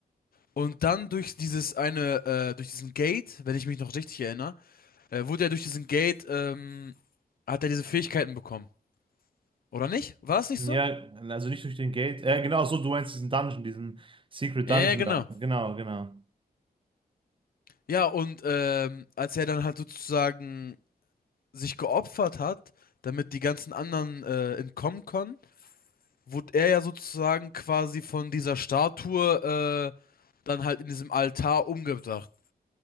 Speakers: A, on the left; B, on the right.
A: Und dann durch dieses eine, äh, durch diesen Gate, wenn ich mich noch richtig erinnere, äh, wurde er durch diesen Gate, ähm, hat er diese Fähigkeiten bekommen. Oder nicht? War das nicht
B: Ja,
A: so?
B: also nicht durch den Gate. Ja, genau, so, du meinst diesen Dungeon, diesen Secret
A: Ja,
B: Dungeon
A: genau.
B: da. Genau, genau.
A: Ja, und ähm, als er dann halt sozusagen sich geopfert hat, damit die ganzen anderen äh, entkommen können, wurde er ja sozusagen quasi von dieser Statue äh, dann halt in diesem Altar umgebracht.